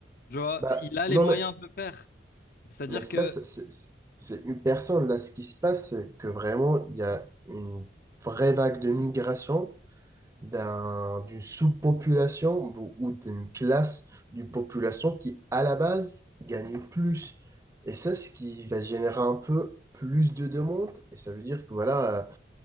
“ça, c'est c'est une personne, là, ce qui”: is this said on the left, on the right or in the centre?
Right